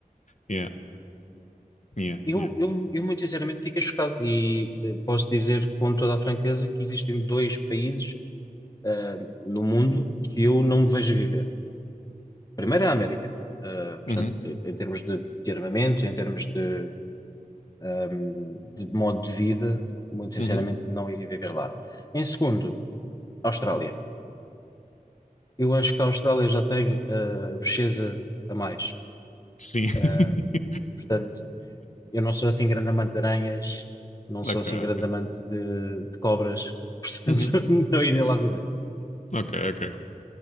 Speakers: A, on the left; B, on the left.
A: yeah, yeah,
B: Eu,
A: yeah.
B: eu, eu muito sinceramente, fiquei chocado. E eh, posso dizer com toda a franqueza que existem dois países ah, no mundo que eu não me vejo a viver. Primeiro é a América. Ah, portanto,
A: Uhum,
B: em em termos de de armamento, em termos de um, de modo de vida, muito sinceramente
A: uhum.
B: não iria viver lá. Em segundo, Austrália. Eu acho que a Austrália já tem uh, bocheza a mais.
A: Sim.
B: Uh,
A: <laughs>
B: portanto, eu não sou assim grande amante de aranhas, não
A: Ok,
B: sou assim
A: ok.
B: grande amante de, de cobras, <laughs> portanto,
A: Uhum,
B: não iria lá viver.
A: ok, ok.